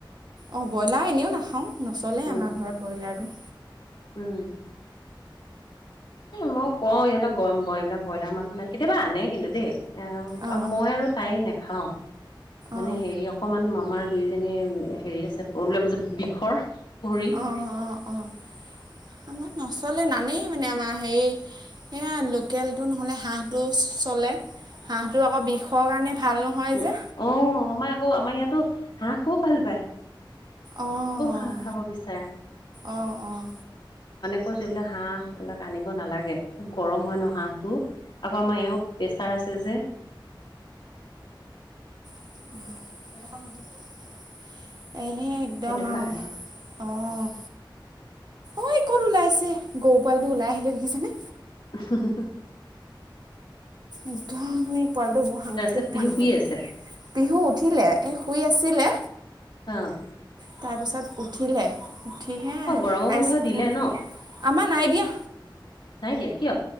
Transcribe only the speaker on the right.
অ' ব্ৰইলাৰ এনেও নাখাওঁ, নচলেই
আমাৰ ঘৰত ব্ৰইলাৰটো।
অঁ
অঁ
অঁ অঁ অঁ আমাৰ নচলে নানেই মানে আমাৰ হেই এয়া লোকেল টো নহ'লে হাঁহটো চলে, হাঁহটো আকৌ বিষৰ কাৰণে ভাল নহয়
যে
অঁ
অঁ অঁ
হেনেকুৱা মানুহ বৰ বেয়া। এহে একদম
আৰু
অ' অই ক'ত ওলাইছে গৌ পোৱালি টো ওলাই আহিলে দেখিছিনে।
একদমেই পোৱালিটো বৰ সাংঘাতিক
পোৱালিটো।
পিহু উঠিলে, এই শুই আছিলে।
তাৰপিছত উঠিলে। উঠি হে আইচক্ৰীম,
আমাৰ নাইদিয়া।